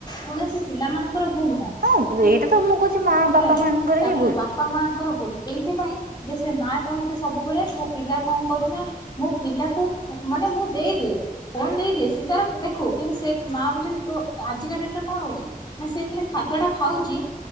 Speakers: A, on the left (about 30°); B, on the right (about 80°).
A: କୌଣସି ପିଲା ମାନଙ୍କର ଭୁଲ୍ ନୁହଁ।
B: ହଁ
A: ଯୋଉ
B: ଏଇଟା ତ ମୁଁ କହୁଛି ମା
A: ଶୁଣନ୍ତୁ
B: ବାପା ମାନଙ୍କର
A: ତାପରେ
B: ହିଁ ଭୁଲ୍।
A: ବାପା ମାଙ୍କର ଭୁଲ, ଏଇଥି ପାଇଁ ଯେ ସେ ମା ଚାହୁଁଛି ସବୁବେଳେ ମୋ ପିଲା କଣ କରୁନା ମୁଁ ପିଲାକୁ ମାନେ ମୁଁ ଦେଇଦିଏ ଫୋନ ଦେଇଦିଏ ସିଏ ତାର ଦେଖେ ହଉ କିନ୍ତୁ ସେ ମା ବୁଝୁନି ତୁ ଆଜି କା ଡେଟ୍ ରେ କଣ ହଉଛି ନା ସେ ଯେତେବେଳେ ଖାଦ୍ୟ ଟା ଖାଉଛି